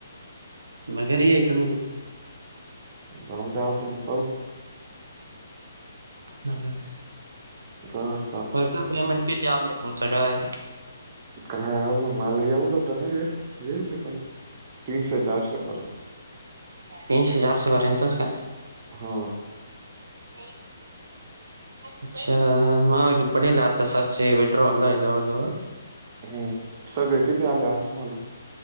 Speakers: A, on the right; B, on the right.
A: मगरी यायचं न.
B: जाऊत आचम पाऊ.
A: हा हा.
B: तरल.
A: बर काय पेमेंट किती आलंय तुमचं काय.
B: काय अजून मला एवढं तर नाही. येल पण तीनशे चारशे पर्यंत.
A: तीनशे चारशे पर्यंतस का.
B: हा
A: ते. अच्छा मग पणल आता सातशे वेड्रॉलला आहे जवळ जवळ.
B: हम्म सगळे किथे आले तुम्हाला.